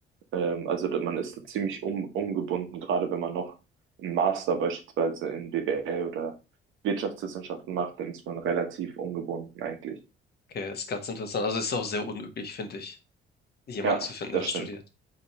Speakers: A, on the right; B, on the left.
A: ähm, also da- man ist da ziemlich um, umgebunden, gerade wenn man noch einen Master beispielsweise in BWL oder Wirtschaftswissenschaften macht, dann ist man relativ ungebunden eigentlich.
B: Okay, ist ganz interessant. Also ist auch sehr unüblich, finde ich, jemanden
A: Ja,
B: zu finden,
A: das
B: der das
A: stimmt.
B: studiert.